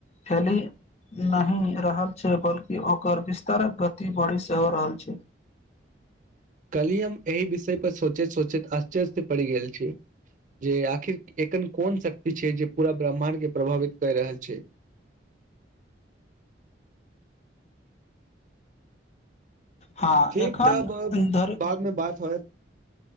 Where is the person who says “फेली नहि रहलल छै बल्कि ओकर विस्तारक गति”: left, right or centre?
Left